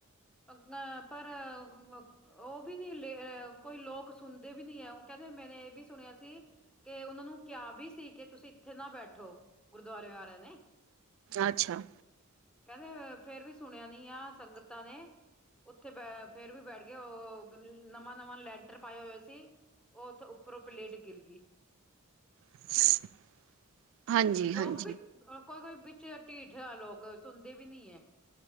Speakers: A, in the centre; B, on the right.
A: ਉਹ ਵੀ ਨੀ ਲੇ ਕੋਈ ਲੋਕ ਸੁਣਦੇ ਵੀ ਨੀ ਹੈ। ਉਹ ਕਹਿੰਦੇ ਮੈਨੇ ਇਹ ਵੀ ਸੁਣਿਆ ਸੀ ਕੇ ਉਹਨਾਂ ਨੂੰ ਕਿਆ ਵੀ ਸੀ ਕਿ ਤੁਸੀਂ ਇੱਥੇ ਨਾ ਬੈਠੋ ਗੁਰਦੁਆਰੇ ਵਾਲਿਆਂ ਨੇ
B: ਅੱਛਾ
A: ਕਹਿੰਦੇ ਫੇਰ ਵੀ ਸੁਣਿਆ ਨੀ ਆ ਸੰਗਤਾਂ ਨੇ, ਉੱਥੇ ਬ ਫੇਰ ਵੀ ਬੈਠ ਗੇ ਉਹ ਨਵਾਂ ਨਵਾਂ ਲੈਂਟਰ ਪਾਏ ਹੋਇਆ ਸੀ। ਉਹ ਉੱਥੇ ਉੱਪਰੋਂ ਪਲੇਟ ਗਿਰ ਗੀ।
B: ਹਾਂਜੀ। ਹਾਂਜੀ-ਹਾਂਜੀ
A: ਲੋਕ ਵੀ ਕੋਈ ਕੋਈ ਵਿੱਚ ਢੀਠ ਆ ਲੋਕ ਸੁਣਦੇ ਵੀ ਨੀ ਐ।